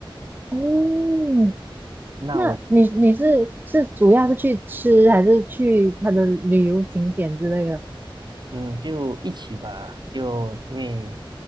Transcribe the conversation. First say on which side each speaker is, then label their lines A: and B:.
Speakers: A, on the right; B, on the right.
A: 哦，
B: 那我去，
A: 那你你是是主要是去吃，还是去它的旅游景点之类的？
B: 嗯，就一起吧，就因为，